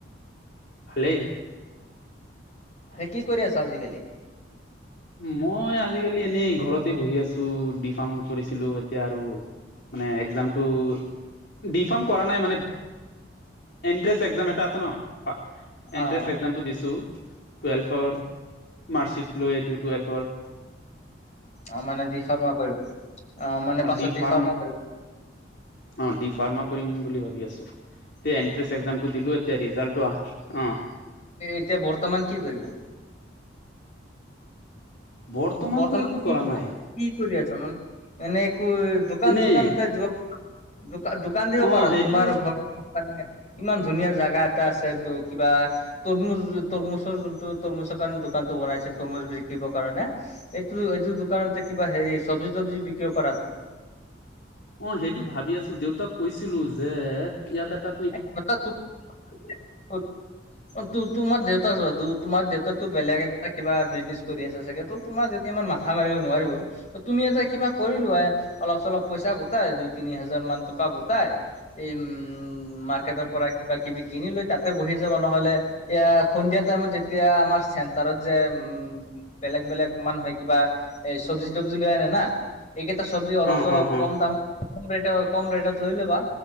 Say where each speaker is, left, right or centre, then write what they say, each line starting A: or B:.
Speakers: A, on the left (about 65°); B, on the left (about 40°).
A: ভালেই।
B: সেই কি কৰি আছা, আজিকালি?
A: মই আজিকালি এনেই ঘৰতে বহি আছো ডি ফাৰ্ম কৰিছিলো, এতিয়া আৰু মানে একজামটো, ডিফাৰ্ম কৰা নাই মানে এণ্ট্ৰেন্স একজাম এটা আছে ন? এনট্ৰেস
B: অ',
A: একজামটো দিছো, টুৱেল্ভৰ মাৰ্কশ্বিট লৈ এইটো, টুৱেল্ভৰ
B: অ', মানে ডিফাৰ্মা কৰিব, অ', মানে পাছত
A: ডি ফাৰ্ম
B: ডিফাৰ্মা কৰিব।
A: অ', ডিফাৰ্মা কৰিম বুলি ভাবি আছো। তে এনন্ট্ৰেস একজাম টো দিলো, এতিয়া ৰিজাল্টটো অহা না অ',।
B: এতিয়া, বৰ্তমান কি কৰিবা?
A: বৰ্তমানতো
B: বৰ্তমান
A: একো
B: কি,
A: কৰা নাই
B: কি কৰি আছা মানে? এনেকৈ দোকান-চোকান
A: এনেই
B: এটা দিব পাৰা দোকান দিব
A: অ
B: পৰা
A: সেইটো
B: তোমাৰ ঘৰ ইমান ধুনীয়া জাগা এটা আছে, টো কিবা তৰমুজ- তৰমুজৰ যোনটো তৰমুজৰ কাৰণে দোকানতটো বনাইছিল তৰমুজ বিকিবৰ কাৰণে এইটো, এইটোৰ দোকানতে কিবা হেৰি চবজি-তবজি বিকিব পাৰা
A: অ', সেইটো ভাবি আছো। দেউতাক কৈছিলো যে ইয়াত এটা
B: <inaudible>
A: <unintelligible>
B: অ', তো তোমাৰ দেউতা চোৱা তোমাৰ দেউতাতো বেলেগ এটা কিবা বিজনেচ কৰি আছে চাগে, ত তোমাৰ দেতা ইমান মাথা মাৰিব নোৱাৰিব ত তুমি এটা কিবা কৰি লোৱা অলপ-চলপ পইচা গোটাই, দুই-তিনি হাজাৰমান টকা গোটাই এই, উম মাৰ্কেটৰ পৰা কিবা- কিবি কিনি লৈ তাতে বহি যাবা নহ'লে? এয়া সন্ধিয়া টাইমত যেতিয়া আমাৰ চেণ্টাৰত যে, উম' বেলেগ বেলেগ মানুহে কিবা এ চব্জি তব্জি লৈ আনে না। এইকেইটা চব্জি অলপ
A: অ
B: চলপ
A: অ অ
B: কম দামত কম ৰেট কম ৰেটত লৈ ল'বা